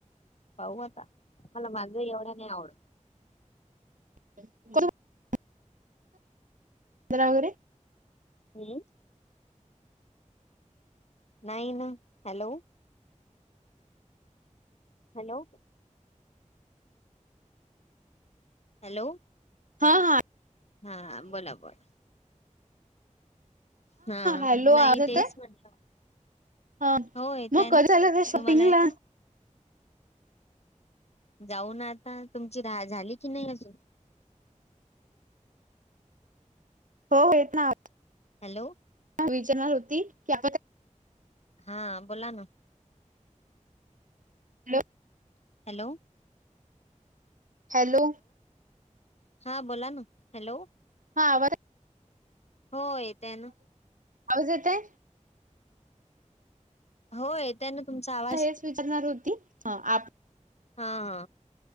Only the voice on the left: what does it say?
पाहू आता मला मांझ एवढ नाही आवड.
हम्म. Nine hello. हॅलो. हॅलो.
हा बोला बोला. हा
नाही
तेच म्हटलं.
हो येतय
ना
तुम्हाला येतय जाऊन आता तुमची रा झाली की नाही अजून
हॅलो.
हा बोला ना.
हॅलो.
हा बोला ना hello.
हो येतय ना.
होय येतोय ना तुमचा आवाज
हा हा